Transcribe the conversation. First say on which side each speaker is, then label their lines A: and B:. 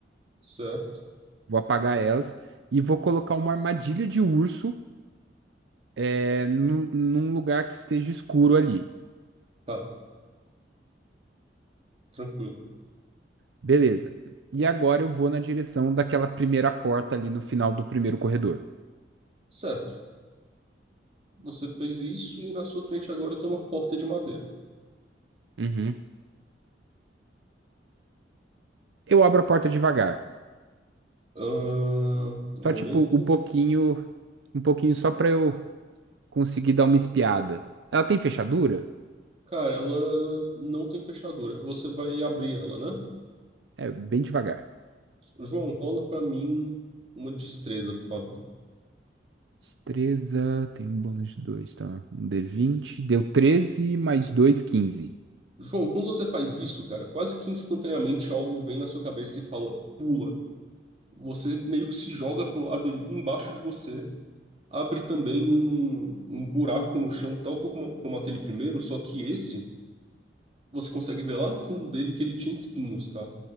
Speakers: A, on the right; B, on the right.
A: certo,
B: Vou apagar elas e vou colocar uma armadilha de urso, é, num, num lugar que esteja escuro ali.
A: tá, tranquilo.
B: Beleza. E agora eu vou na direção daquela primeira porta ali no final do primeiro corredor.
A: Certo, você fez isso e na sua frente agora tem uma porta de madeira.
B: Uhum. Eu abro a porta devagar,
A: Ah, um
B: só
A: momento.
B: tipo um pouquinho, um pouquinho só para eu Consegui dar uma espiada. Ela tem fechadura?
A: Cara, ela não tem fechadura. Você vai abrir ela, né?
B: É, bem devagar.
A: João, rola pra mim uma destreza, por favor.
B: Destreza, tem um bônus de 2, tá? Um d vinte Deu treze mais dois quinze.
A: João, quando você faz isso, cara, quase que instantaneamente algo vem na sua cabeça e fala, pula. Você meio que se joga pro lado ali embaixo de você. Abre também um, um buraco no chão, tal como, como aquele primeiro, só que esse, você consegue ver lá no fundo dele que ele tinha espinhos, tá?